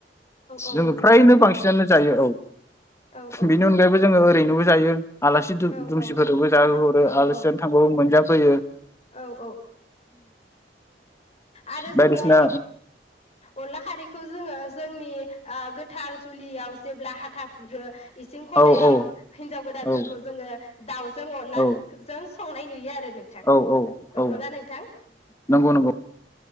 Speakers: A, on the left; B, on the left.
A: औ
B: जोङो
A: नंगौ
B: फ्रायनो
A: नोंथां
B: बांसिनानो जायो औ।
A: औ औ
B: बेनि अनगायैबो जोङो ओरैनो। न'आव जायो। आलासि दुमसिफोरबो
A: औ औ
B: जाहोहरो आलासि
A: औ
B: जानो थांबाबो मोनजा बोयो
A: औ औ। आरो
B: बायदिसिना
A: जोङो अनला खारैखौ जोङो जोंनि गोथार जुलियाव जेब्ला हाथा खुरहो इसिं खनायाव
B: औ औ
A: हिनजाव गोदानफोरखौ
B: औ
A: जोङो। दाउ जों अनला
B: औ
A: जों संनाय नुयो आरो। नोंथां
B: औ औ
A: नंगौना
B: औ
A: नोंथां
B: नंगौ नंगौ।